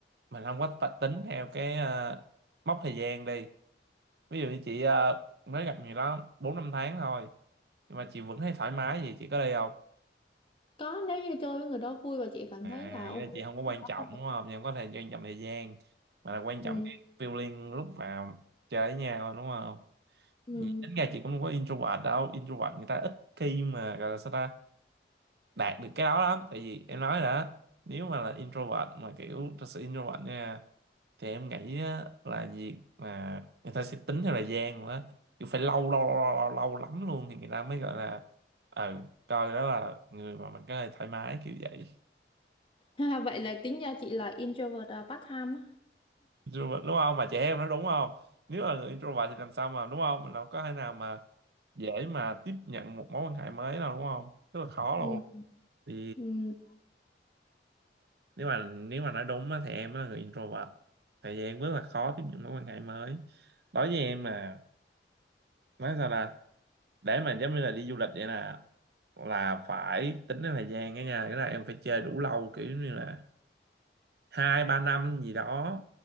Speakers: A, on the right; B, on the left.
A: mình không có t- tính theo cái ờ, mốc thời gian đi ví dụ như chị ờ, mới gặp người đó bốn năm tháng thôi nhưng mà chị vẫn thấy thoải mái gì chị có đi không
B: Có nếu như chơi với người đó vui và chị cảm
A: à
B: thấy là ok
A: nghĩa là chị không có quan
B: đó
A: trọng
B: có vẻ-
A: đúng không chị không có thể quan trọng thời gian mà là quan trọng
B: ừ.
A: cái feeling lúc mà chơi với nhau đúng không
B: Ừ.
A: Vì tính
B: <laughs>
A: ra chị cũng không có introvert đâu introvert người ta ít khi mà gọi là sao ta đạt được cái đó lắm tại vì em nói rồi đó nếu mà là introvert mà kiểu thật sự introvert nha thì em nghĩ á, là việc mà người ta sẽ tính theo thời gian nữa kiểu phải lâu lâu lâu lâu, lâu lắm luôn thì người ta mới gọi là ờ coi đó là người mà mình có thể thoải mái kiểu vậy
B: Ha, Vậy là tính ra chị là introvert à, part time á.
A: introvert đúng không mà chị em nói đúng không nếu là người introvert thì làm sao mà đúng không mình đâu có thể nào mà dễ mà tiếp nhận một mối quan hệ mới nào đúng không rất là khó
B: Ừ.
A: luôn thì
B: Ừ.
A: nếu mà nếu mà nói đúng á, thì em là người introvert tại vì em rất là khó tiếp nhận mối quan hệ mới đối với em mà nói sao là để mà giống như là đi du lịch vậy nè là phải tính đến thời gian đó nha cái là em phải chơi đủ lâu kiểu như là hai ba năm gì đó